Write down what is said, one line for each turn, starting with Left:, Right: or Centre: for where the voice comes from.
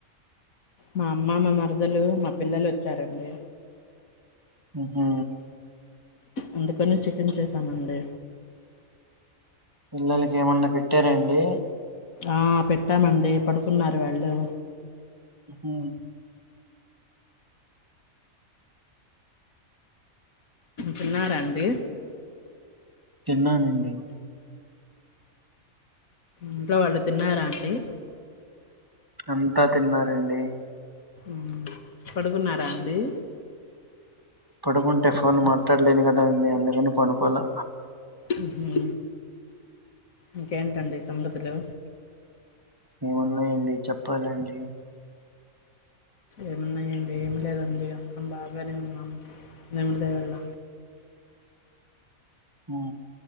Left: మా అమ్మ, మా మరదలూ, మా పిల్లలొచ్చారండి.
Right: మ్ హు
Left: అందుకనే చికెన్ చేశామండి.
Right: పిల్లలకి ఏమన్నా పెట్టారాండీ
Left: ఆ పెట్టామండీ, పడుకున్నారు వాళ్ళు.
Right: ఉమ్
Left: తిన్నారాండీ
Right: తిన్నానండి
Left: ఇంట్లో వాళ్ళు తిన్నారాండీ
Right: అంతా తిన్నారండి
Left: మ్ పడుకున్నారా అండి
Right: పడుకుంటే ఫోన్ మాట్టాడలేను కదాండి అందుకని పడుకోలా
Left: ఉహు ఇంకేంటండి సంగతులు
Right: ఏమున్నాయండి చెప్పాలండీ
Left: ఏమున్నాయండి ఏమి లేదండి అందరం బాగానే ఉన్నాము దేవుడి దయ వల్ల
Right: ఆ